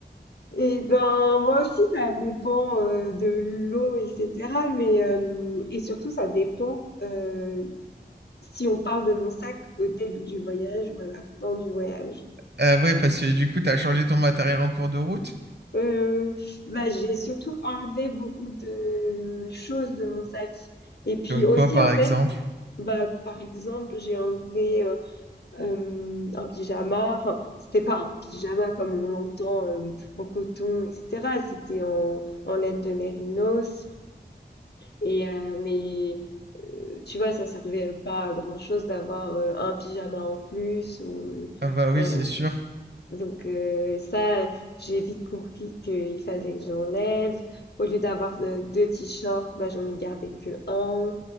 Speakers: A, on the left; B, on the right.
A: Et ben moi aussi, ça dépend euh, de l'eau, etc. Mais euh, et surtout, ça dépend euh, si on parle de mon sac au début du voyage ou à la fin du voyage.
B: Ah ouais, parce que du coup, t'as changé ton matériel en cours de route.
A: Heu, bah, j'ai surtout enlevé beaucoup de choses de mon sac et puis
B: Comme
A: aussi,
B: quoi, par
A: en fait,
B: exemple?
A: bah, par exemple, j'ai enlevé, heu, hem, un pyjama, enfin, c'était pas un pyjama comme on l'entend, hem, en coton et cetera, c'était en en laine de mérinos et heu, mais, heu, tu vois, ça servait pas à grand chose d'avoir, heu, un pyjama en plus ou, euh,
B: Ah bah oui,
A: enfin
B: c'est sûr.
A: donc heu, ça, j'ai vite compris qu'il fallait que je l'enlève. Au lieu d'avoir, heu, 2 t-shirts, bah, j'en ai gardé qu'1.